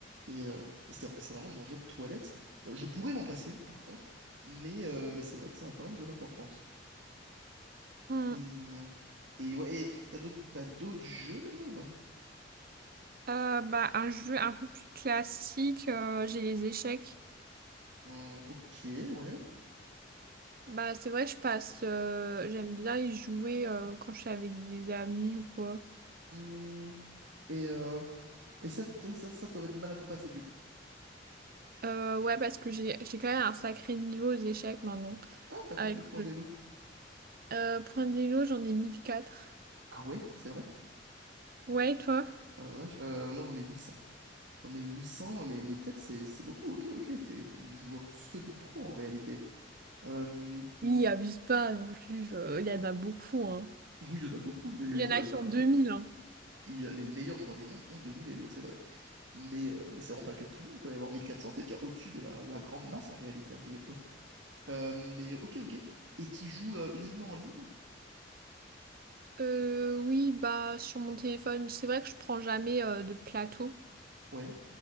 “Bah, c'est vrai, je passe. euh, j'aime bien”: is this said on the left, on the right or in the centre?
Right